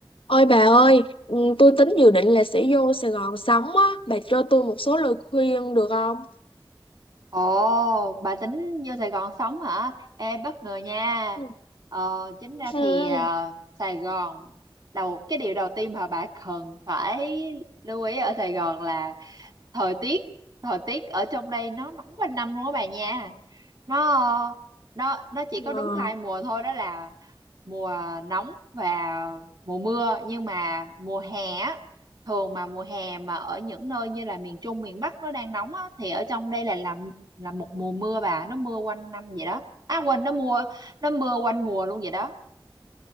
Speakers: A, on the left; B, on the right.
A: Ôi bà ơi, ừ, tôi tính dự định là sẽ vô Sài Gòn sống á, bà cho tôi một số lời khuyên được không?
B: Ồ, bà tính vô Sài Gòn sống hả? Ê, bất ngờ nha.
A: Ừ.
B: Ờ, chính ra
A: Ừ.
B: thì à, Sài Gòn đầu cái điều đầu tiên mà bà cần phải lưu ý ở Sài Gòn là thời tiết. Thời tiết ở trong đây nó nóng quanh năm luôn á bà nha. Nó nó nó chỉ có đúng
A: Ờ,
B: hai mùa thôi đó là mùa nóng và mùa mưa nhưng mà mùa hè á, thường mà mùa hè mà ở những nơi như là miền Trung miền Bắc nó đang nóng á, thì ở trong đây là làm là một mùa mưa bà nó mưa quanh năm vậy đó à quên nó mưa nó mưa quanh mùa luôn vậy đó